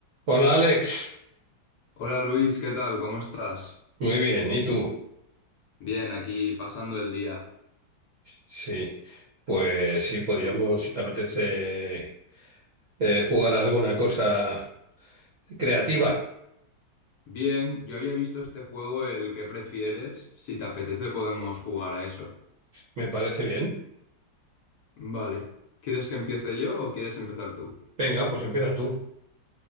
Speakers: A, on the right; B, on the left.
A: Hola Alex,
B: Hola Luis, ¿qué tal? ¿Cómo estás?
A: muy bien, ¿y tú?
B: Bien, aquí pasando el día.
A: Sí, pues sí, podríamos, si te apetece, eh, jugar a alguna cosa creativa,
B: Bien, yo había visto este juego, el que prefieres. Si te apetece podemos jugar a eso.
A: me parece bien.
B: Vale. ¿Quieres que empiece yo o quieres empezar tú?
A: Venga, pues empieza tú.